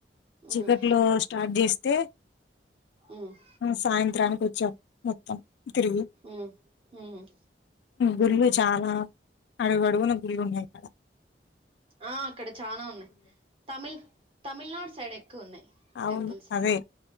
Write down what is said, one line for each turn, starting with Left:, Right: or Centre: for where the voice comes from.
Left: చికట్లు
Right: ఉమ్
Left: స్టార్ట్ చేస్తే
Right: ఉమ్
Left: సాయంత్రానికి వచ్చాం మొత్తం తిరిగి,
Right: ఉమ్ ఉమ్
Left: గుళ్ళు చాలా అడుగుడుగున గుళ్ళు ఉన్నాయిక్కడ,
Right: ఆ అక్కడ చనా ఉన్నాయి్ తమిళ తమిళనాడు సైడ్ ఎక్కువ ఉన్నాయి
Left: అవును
Right: టెంపుల్స్.
Left: అదే